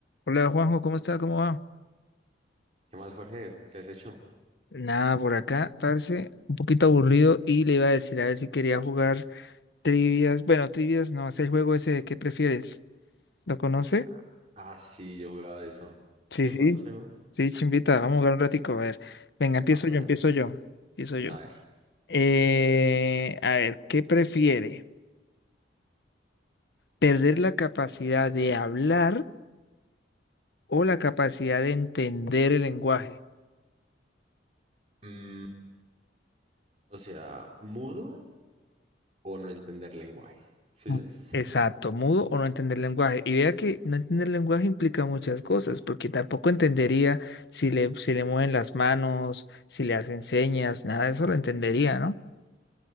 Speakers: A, on the left; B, on the right.
A: Hola Juanjo, ¿cómo está? ¿Cómo va?
B: ¿Qué más, Jorge? ¿Qué has hecho?
A: Nada, por acá, parce, un poquito aburrido y le iba a decir a ver si quería jugar trivias. Bueno, trivias no, es el juego ese de qué prefieres. ¿Lo conoce?
B: Ah, ah, sí, yo jugaba de eso.
A: Sí,
B: Chimba,
A: sí.
B: chimba.
A: Sí, chimbita, vamos a jugar un ratico. A ver, venga, empiezo
B: Apenas.
A: yo, empiezo yo, empiezo yo.
B: A ver.
A: Eh, a ver, ¿qué prefiere? ¿Perder la capacidad de hablar o la capacidad de entender el lenguaje?
B: mm, o sea, mudo o no entender lenguaje. ¿Sí
A: Mm.
B: sabes?
A: Exacto, mudo o no entender lenguaje. Y vea que no entender lenguaje implica muchas cosas, porque tampoco entendería si le, si le mueven las manos, si le hacen señas, nada de eso lo entendería, ¿no?